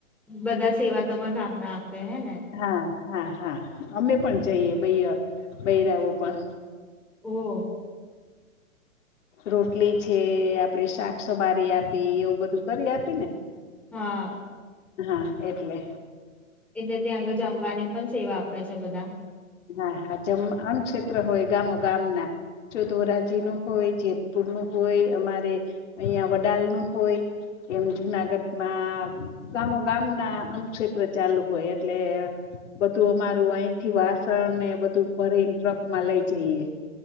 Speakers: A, in the centre; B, on the left (about 60°).
A: બધા સેવા તમારા ગામના આપે હે ને?
B: હા, હા, હા, અમે પણ જઈએ ભાઈ, બહેનો પણ.
A: ઓ.
B: રોટલી છે, આપડે શાક સમારી આપી, એવું બધું કરી આપી ને.
A: હા.
B: હા, એટલે.
A: એટલે ત્યાં આગળ જમવાની પણ સેવા આપે છે, બધા
B: હા, હા, જેમ અને અન્ન ક્ષેત્ર હોય, ગામો ગામ ના જો ધોરાજીનો હોય, જેતપુરનો હોય, અમારે અહીંયા વડાલનો હોય. એમ જુનાગઢમાં ગામો ગામના એમ છેત્ર ચાલુ હોય એટલે બધું અમારું આહીંથી વાસ સણ ને એ બધું ભરીન ટ્રકમાં લઈ જઈએ.